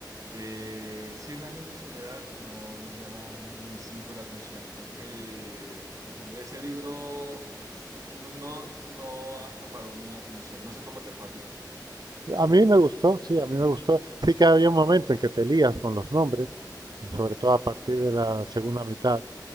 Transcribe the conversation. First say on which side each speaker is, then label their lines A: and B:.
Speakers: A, on the right (about 50°); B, on the right (about 65°).
A: Eh, Cien años de soledad no me llaman ni cinco la atención. Creo que ese libro no, no, no acaparó mi atención. No sé cómo te fue a ti.
B: A mí me gustó, sí, a mí me gustó. Sí que había un momento en que te lías con los nombres, eh, sobre todo a partir de la segunda mitad.